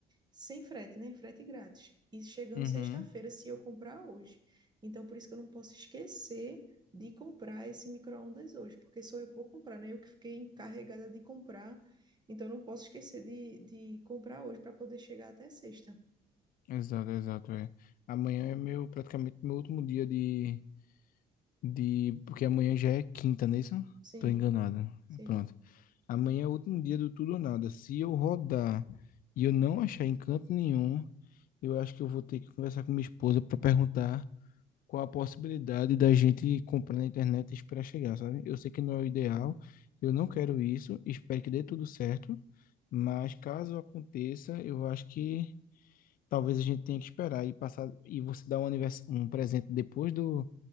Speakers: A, on the right (about 25°); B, on the left (about 55°).
A: sem frete, né? Frete grátis. E chegando
B: Uhum,
A: sexta-feira, se eu comprar hoje. Então, por isso que eu não posso esquecer de comprar esse micro-ondas hoje, porque sou eu que vou comprar, né? Eu que fiquei encarregada de comprar. Então, eu não posso esquecer de, de comprar hoje para poder chegar até sexta.
B: exato, exato, é. Amanhã é meu, praticamente meu último dia de, de, porque amanhã já é quinta, não é isso?
A: Sim,
B: Tô enganado.
A: sim.
B: Pronto. Amanhã é o último dia do tudo ou nada. Se eu rodar e eu não achar encanto nenhum, eu acho que eu vou ter que conversar com minha esposa para perguntar qual a possibilidade da gente comprar na internet e esperar chegar, sabe? Eu sei que não é o ideal, eu não quero isso, espero que dê tudo certo, mas caso aconteça, eu acho que talvez a gente tenha que esperar e passar e você dar um, anivers- um presente depois do,